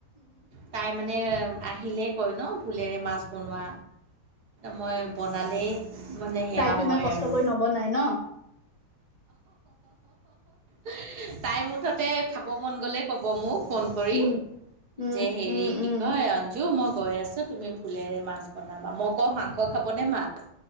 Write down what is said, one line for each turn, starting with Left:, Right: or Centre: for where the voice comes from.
Right: তাই মানে আহিলেই কয় ন, ভুলেৰে মাছ বনোৱা। মই বনালেই মানে, সেয়া
Left: তাইতো
Right: হয়
Left: ইমান কষ্ট
Right: আৰু।
Left: কৰি নবনাই ন
Right: <unintelligible> তাই মুঠতে খাব মন গ'লে ক'ব মোক, ফোন কৰি।
Left: উম উম
Right: যে, হেৰি
Left: উম
Right: কি
Left: উম
Right: কয়। অঞ্জু মই গৈ আছো তুমি ভুলৰে মাছ বনাবা, মই কওঁ মাংস খাবনে মাছ?